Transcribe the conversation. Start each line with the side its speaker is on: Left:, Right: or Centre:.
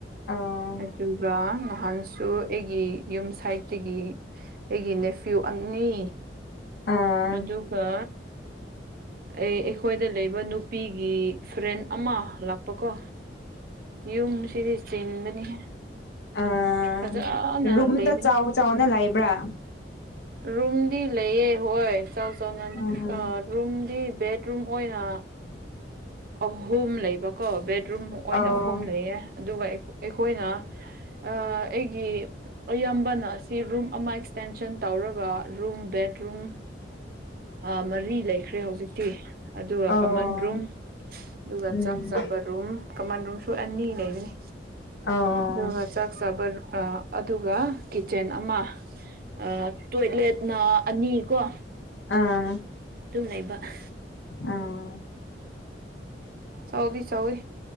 Left: ꯑꯧ
Right: ꯑꯗꯨꯒ ꯅꯍꯥꯟꯁꯨ ꯑꯩꯒꯤ ꯌꯨꯝ ꯁꯥꯏꯠꯇꯒꯤ ꯑꯩꯒꯤ ꯅꯦꯐ꯭ꯌꯨ ꯑꯅꯤ
Left: ꯑꯥ
Right: ꯑꯗꯨꯒ ꯑꯩ ꯑꯩꯈꯣꯏꯗ ꯂꯩꯕ ꯅꯨꯄꯤꯒꯤ ꯐ꯭ꯔꯦꯟ ꯑꯃ ꯂꯥꯛꯄ ꯀꯣ ꯌꯨꯝꯁꯤꯗꯤ ꯆꯤꯟꯕꯅꯤꯍꯦ
Left: ꯑꯥ
Right: ꯐꯖꯟꯅ
Left: ꯔꯨꯝꯗ
Right: ꯂꯩꯕꯅꯤ
Left: ꯆꯥꯎ ꯆꯥꯎꯅ ꯂꯩꯕ꯭ꯔꯥ
Right: ꯔꯨꯝꯗꯤ ꯂꯩꯌꯦ ꯍꯣꯏ ꯆꯥꯎ ꯆꯥꯎꯅ
Left: ꯎꯝ
Right: ꯑ ꯔꯨꯝꯗꯤ ꯕꯦꯠꯔꯨꯝ ꯑꯣꯏꯅ ꯑꯍꯨꯝ ꯂꯩꯕꯀꯣ ꯕꯦꯠꯔꯨꯝ ꯑꯣꯏꯅ
Left: ꯑꯧ
Right: ꯑꯍꯨꯝ ꯂꯩꯌꯦ ꯑꯗꯨꯒ ꯑꯩꯈꯣ ꯑꯩꯈꯣꯏꯅ ꯑꯥ -ꯑꯩꯒꯤ ꯑꯌꯥꯝꯕꯅ ꯑꯁꯤ ꯔꯨꯝ ꯑꯃ ꯑꯦꯛꯁꯇꯦꯟꯁꯟ ꯇꯧꯔꯒ ꯔꯨꯝ ꯕꯦꯠꯔꯨꯝ ꯑꯥ -ꯃꯔꯤ ꯂꯩꯈ꯭ꯔꯦ ꯍꯧꯖꯤꯛꯇꯤ ꯑꯗꯨꯒ
Left: ꯑꯧ
Right: ꯀꯃꯟ ꯔꯨꯝ ꯑꯗꯨꯒ
Left: ꯎꯝ
Right: ꯆꯥꯛ ꯆꯥꯕ ꯔꯨꯝ ꯀꯃꯥꯟ ꯔꯨꯝꯁꯨ ꯑꯅꯤ ꯂꯩꯕꯅꯤ
Left: ꯑꯧ
Right: ꯑꯗꯨꯒ ꯆꯥꯛ ꯆꯥꯕꯔ ꯑꯥ - ꯑꯗꯨꯒ ꯀꯤꯠꯆꯟ ꯑꯃ ꯑꯥ -ꯇꯣꯏꯂꯦꯠꯅ ꯑꯅꯤꯀꯣ
Left: ꯑꯥ
Right: ꯗꯨꯝ ꯂꯩꯕ ꯑꯍꯥ
Left: ꯑꯥ
Right: ꯆꯥꯎꯗꯤ ꯆꯥꯎꯋꯦ